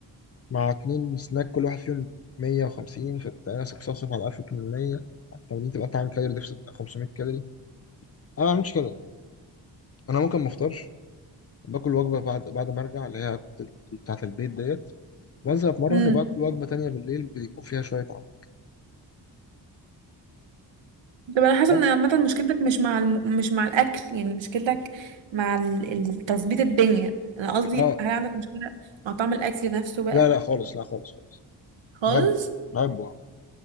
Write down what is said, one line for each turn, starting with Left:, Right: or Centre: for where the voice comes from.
Left: مع اتنين سناك كل واحد فيهم 150 فانت راسك صفصف على 1800 على التمرين تبقى انت عامل كالوري ديفست بتاع 500 كالوري انا ما بعملش كده انا ممكن ما افطرش باكل وجبه بعد بعد ما ارجع اللي هي وجبه ال- بتاعه البيت ديت وانزل اتمرن
Right: امم
Left: وباكل وجبه تانية بالليل بيكون فيها شويه عضل
Right: طب انا حاسه
Left: دوت-
Right: ان عامه مشكلتك مش مع الم... مش مع الاكل يعني مشكلتك مع ال- ال- تظبيط الدنيا انا قصدي
Left: اه
Right: هل عندك مشكله مع طعم الاكل نفسه بقى
Left: لا لا خالص لا خالص خالص
Right: خالص
Left: بحبه بحبه آه.